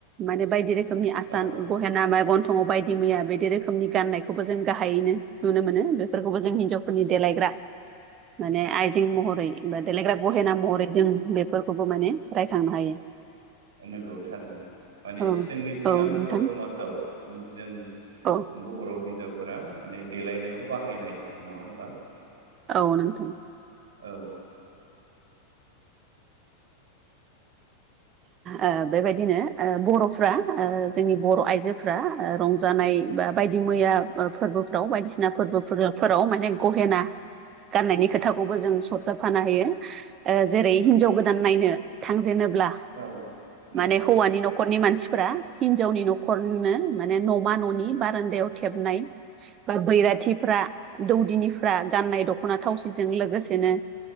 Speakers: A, on the right; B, on the right.
A: माने बायदि रोखोमनि आसान
B: औ
A: गहेना मेगन समाव बायदि मैया बेदि रोखोमनि गाननायखौबो जों गाहायैनो नुनो मोनो बेफोरखौबो जों हिनजावफोरनि देलायग्रा <inaudible> माने आइजें महरै बा देलायग्रा गहेना महरै जों बेफोरखौबो माने रायखांनो हायो।
B: नंगौ थारैनो माने
A: औ
B: जोंनि सिगां
A: औ नोंथां
B: बर' समाजाव जों
A: औ
B: बर' हिनजावफोरा माने देलेनायाव बाहायनाय नङा होमबा
A: औ नोंथां
B: औ
A: ओ बेबायदिनो ओ बर'फ्रा ओ जोंनि बर' आइजोफ्रा रंजानाय बायदि मैया फोरबोफ्राव बायदिसिना फोरबोफोराव माने गहेना गाननायनि खोथाखौबो जों सरजाबफानो हायो जेरै हिनजाव गोदान नायनो थांजेनोब्ला
B: औ नंगौ
A: माने हौवानि न'खर नखरनि मानसिफोरा हिनजावनि न'खरनो माने न'मा न'नि बारान्दायाव थेबनाय बा बैराथिफ्रा दौदिनिफ्रा गाननाय दख'ना थावसिजों लोगोसेनो